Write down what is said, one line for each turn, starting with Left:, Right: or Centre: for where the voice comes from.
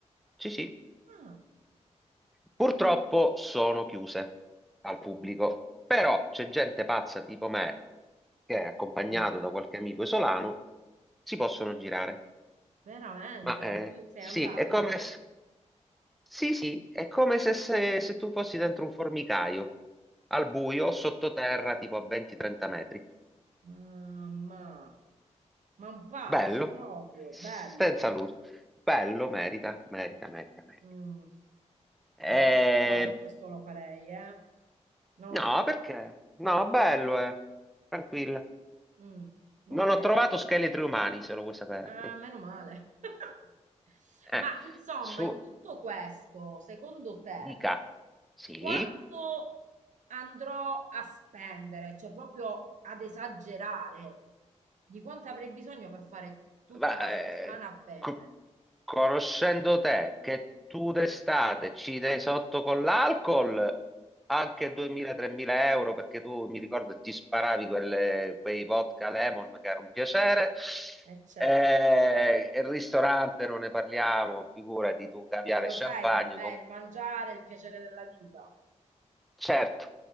Centre: Sì, sì.
Right: Ah,
Centre: Purtroppo sono chiuse al pubblico, però c'è gente pazza tipo me, che è accompagnato
Right: mm,
Centre: da qualche amico isolano, si possono girare.
Right: veramente,
Centre: Ma eh,
Right: E tu sei
Centre: sì,
Right: andato
Centre: è come...
Right: quindi.
Centre: Sì, sì, è come se, se- se tu fossi dentro un formicaio, al buio, sottoterra, tipo a 20-30 metri.
Right: Mamma, ma un pazzo
Centre: Bello,
Right: proprio,
Centre: senza
Right: bello.
Centre: luce. Bello, merita, merita, merita, merita.
Right: Mm,
Centre: Eh,
Right: Boh, non lo so se questo lo farei, eh. Non
Centre: No,
Right: lo so.
Centre: perché? No, bello, eh. Tranquilla.
Right: Mm, Ok.
Centre: Non ho trovato scheletri umani, se lo vuoi sapere.
Right: Ah, meno male. <laughs>
Centre: Eh,
Right: Ma insomma,
Centre: su,
Right: in tutto questo, secondo te,
Centre: dica. Sì.
Right: quanto andrò a spendere? Cioè, proprio ad esagerare di quanto avrei bisogno per fare tutta
Centre: Ma,
Right: la settimana
Centre: eh,
Right: bene.
Centre: co- conoscendo te, che tu d'estate ci dai sotto con l'alcol anche 2000-3000 euro, perché tu mi ricordo ti sparavi quelle- quei vodka lemon che era un piacere,
Right: E certo,
Centre: eh, e il ristorante non ne parliamo, figurati tu, caviale
Right: Eh, lo
Centre: e champagne
Right: sai che a me
Centre: con
Right: il mangiare è il piacere della vita.
Centre: Certo,